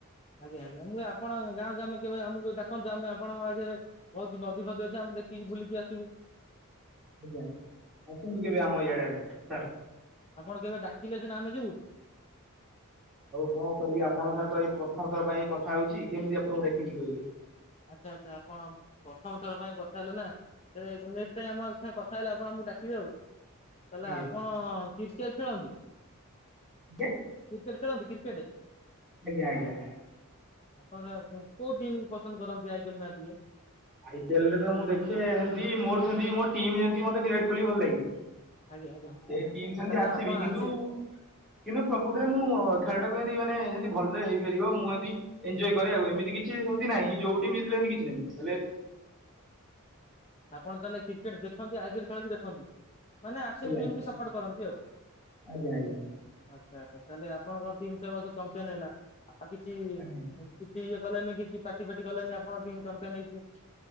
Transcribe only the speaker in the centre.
ଆଜ୍ଞା! ଆସନ୍ତୁ କେବେ ଆମ ଏଇଆଡେ ଆଜ୍ଞା ସାର୍!
ହଉ କଣ କରିବି ଆପଣଙ୍କ ସାଙ୍ଗରେ ଏଇ ପ୍ରଥମଥର ପାଇଁ କଥା ହଉଛି କେମିତି ଆପଣଙ୍କୁ ଡାକିବି କହିଲେ!
ଆଜ୍ଞା
ଆଜ୍ଞା
ଆଜ୍ଞା ଆଜ୍ଞା!
ଆଇ ପିଏଲ ରେ ତ ମୁଁ ଦେଖେ ସେମିତି ମୋର ସେମତି ମୋ ଟିମ୍ ଯେମତି ମତେ ବିରାଟ କୋହଲି ଭଲ ଲାଗେ!
ସେ ଟିମ ସେମତି
ଆସିବି
କିନ୍ତୁ
କିନ୍ତୁ ପ୍ର! ପ୍ରକୃଥିରେ ମୁଁ ଖେଳଟାକୁ ଏମିତି ମାନେ ଯେମତି ଭଲରେ ହେଇପାରିବ! ମୁଁ ଏମିତି! ଏଞୟ କରେ ଆଉ ଏମିତି କିଛି ଏମିତି ନାହିଁ ଯୋଉ ଟିମ୍ ମିଶିଲେ ଏମିତି କିଛି ନାହିଁ ହେଲେ!
ଆଜ୍ଞା
ଆଜ୍ଞା ଆଜ୍ଞା
ଆଜ୍ଞା।